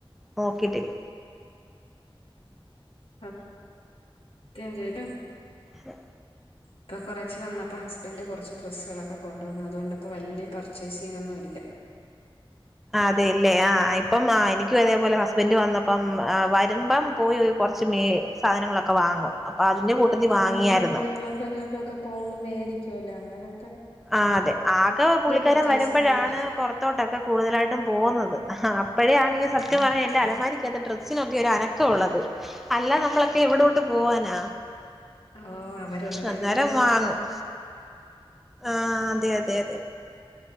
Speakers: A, in the centre; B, on the left.
A: നോക്കിയിട്ടില്ല
B: ആ <unintelligible>
A: അ..
B: ഇപ്പൊ കുറച്ച് വന്നപ്പോ ഹസ്ബന്ഡറ് കുറച്ച് ഡ്രസ്സുകളൊക്കെ കൊണ്ടുവന്നു അതുകൊണ്ടപ്പോ വലിയ പർച്ചേസിംഗ ഒന്നും ഇല്ല.
A: അതേല്ലേ ആ ഇപ്പം ആ എനിക്കും അതേപോലെ ഹസ്ബൻഡ് വന്നപ്പം വരുമ്പം പോയി ഒരു കുറച്ച് മേ സാധനങ്ങളൊക്കെ വാങ്ങും അതിന്റെ കൂട്ടത്തിൽ
B: ആ
A: വാങ്ങിയായിരുന്നു
B: നമ്മള് പോയി അങ്ങോട്ടും ഇങ്ങോട്ടുമൊക്കെ പോകുമ്പോ മേടിക്കുവല്ലേ അങ്ങനെ
A: ആ അതെ ആകെ പുള്ളിക്കാരൻ
B: പർച്ചേസിംഗ്
A: വരുമ്പോഴാണ്
B: ഇല്ല
A: പുറത്തോട്ടൊക്കെ കൂടുതലായിട്ടും പോകുന്നത്. ആ അപ്പോഴോണ് സത്യം പറഞ്ഞ എന്റെ അലമാരിക്കാത്ത ഡ്രസ്സിനൊക്കെ ഒരു അനക്കം ഉള്ളത്. അല്ല നമ്മളൊക്കെ എവിടോട്ട് പോവാനാ?
B: ആഓ അവരുണ്ടെങ്കിലല്ലേ
A: അന്നേരം
B: നമ്മോ-
A: വാങ്ങും ആ അതെ അതെ അതെ